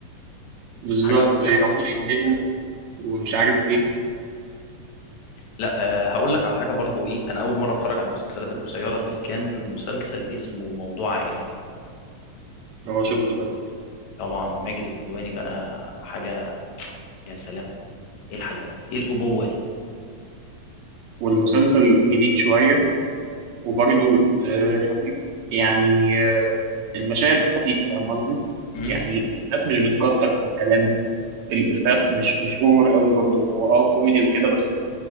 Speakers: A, on the right; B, on the left.
A: بالظبط
B: حاجه حاجه
A: آه، يقعدوا
B: مستفزه
A: يندبوا ومش عارف إيه
B: لا أه هقول لك على حاجه برضو ايه انا اول مره اتفرج على المسلسلات القصيره دي كان مسلسل اسمه موضوع عائلي
A: هو شفته ده برضه
B: طبعا ماجد الكدواني بقى حاجه <tsk> يا سلام ايه الحلاوه دي ايه الابوه دي
A: والمسلسل جديد شوية وبرضه آه، خفيف يعني آه، المشاهد خفيفة فاهم قصدي؟
B: امم
A: يعني الناس مش بتكتر في الكلام الإفيهات مش مش أوفر قوي برضه هو أه كوميدي وكده بس